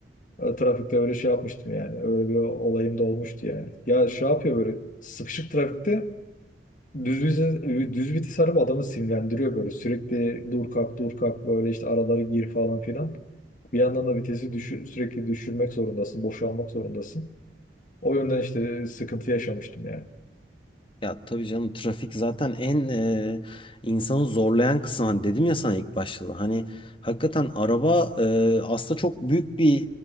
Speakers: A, on the left; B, on the left.
A: E, Trafikte öyle şey yapmıştım yani. Öyle bir olayım da olmuştu yani. Ya şey yapıyor böyle sıkışık trafikte düz vites, düz vites araba adamı sinirlendiriyor böyle. Sürekli dur kalk dur kalk böyle işte aralara gir falan filan. Bir yandan da vitesi düşür, sürekli düşürmek zorundasın, boşalmak zorundasın. O yönden işte sıkıntı yaşamıştım yani.
B: Ya tabii canım trafik zaten en e, insanı zorlayan kısım. Hani dedim ya sana ilk başta da. Hani hakikaten araba e, aslında çok büyük bir